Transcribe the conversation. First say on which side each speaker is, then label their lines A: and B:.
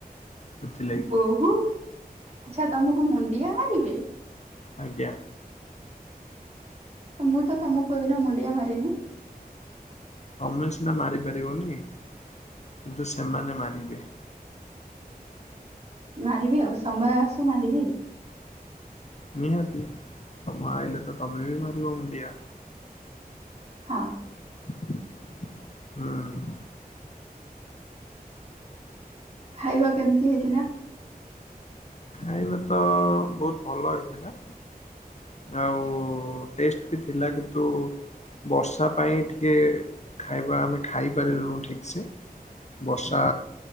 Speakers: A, on the left; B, on the right.
A: ସେଥିଲାଗି
B: ବୋହୂ ଆଛା ତମକୁ ମୁଣ୍ଡିଆ ମାରିବେ?
A: ଆଜ୍ଞା।
B: ମୁଁ ତ ତମକୁ କୋଉଦିନ ମୁଣ୍ଡିଆ ମାରିନି?
A: ଅମେ ସିନା ମାରି ପାରିବନି କିନ୍ତୁ ସେମାନେ ମାରିବେ।
B: ମାରିବି ଆଉ ସମୟ ଆସୁ ମାରିବି।
A: ନିହାତି ସମୟ ଆଇଲେ ତ ତମେ ବି ମାରିବ ମୁଣ୍ଡିଆ।
B: ହଁ।
A: ହୁଁ।
B: ଖାଇବା କେମିତି ହେଇଥିଲା?
A: ଖାଇବା ତ ବହୁତ୍ ଭଲ ହେଇଥିଲା। ଆଉ ଟେଷ୍ଟ୍ ବି ଥିଲା କିନ୍ତୁ ବର୍ଷା ପାଇଁ ଟିକେ ଖାଇବା ଆମେ ଖାଇପାରିଲୁନୁ ଠିକ୍ ସେ ବର୍ଷା